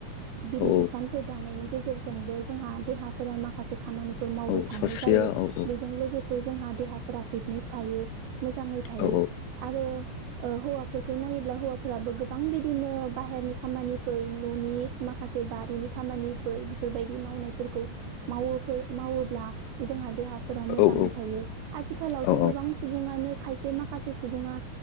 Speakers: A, on the right; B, on the left.
A: बिरि
B: औ
A: हिसानफोर दानायनि गेजेरजोंबो जोंहा देहाफोरा माखासे खामानिफोर मावबाय
B: औ
A: थानाय
B: सावस्रिया
A: जायो
B: औ औ
A: बेजों लोगोसे जोंहा देहाफोरा फिटनेस थायो। मोजाङै थायो
B: औ
A: आरो ओ हौवाफोरखौ नायोब्ला हौवाफोराबो गोबां बिदिनो बाहेरनि खामानिफोर न'नि माखासे से बारिनि खामानि <unintelligible> बेफोरबायदि मावनायफोरखौ मावोफोर मावोब्ला जोंहा देहाफोरा मोजाङै
B: औ औ
A: थायो आथिखालावथ'
B: औ
A: गोबां सुबुंङनो खायसे माखासे सुबुंङा